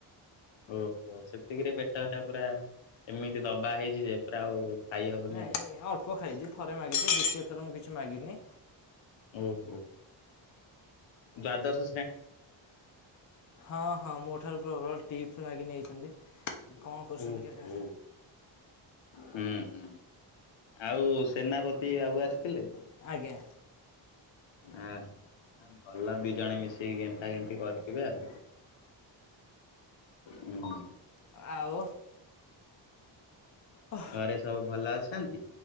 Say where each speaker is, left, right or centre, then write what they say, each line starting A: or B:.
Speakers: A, on the left (about 75°); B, on the left (about 40°).
A: ଓହୋ ସେତିକିରେ ପେଟଟା ପୁରା ଏମିତି ଦବା ହେଇଚି ଯେ ପୁରା ଆଉ ଖାଇ ହବନି
B: ନାଇଁ
A: ଆଉ
B: ଅଳ୍ପ ଖାଇଚି ଥରେ ମାଗିଚି ଦ୍ଵିତୀୟ ଥର ମୁଁ କିଛି ମାଗିନି।
A: ଓହୋ ଦାଦାସ
B: ହଁ ହଁ ମୋ ଠାରୁ ପ୍ରବଳ ଟିପସ୍ ମାଗି ନେଇଛନ୍ତି। କଣ କରୁଛନ୍ତି
A: ଓହୋ
B: କେଜାଣି
A: ହୁଁ ହୁଁ। ଆଉ ସେନାପତି ବାବୁ ଆସିଥିଲେ?
B: ଆଜ୍ଞା।
A: ଆ ଭଲ ଦି ଜଣ ମିଶେଇି ଗେମ୍ଫା ଗେମ୍ଫି କରିଥିବେ ଆଉ ହୁଁ।
B: ଆଉ ଓ
A: ଘରେ ସବୁ ଭଲ ଅଛନ୍ତି?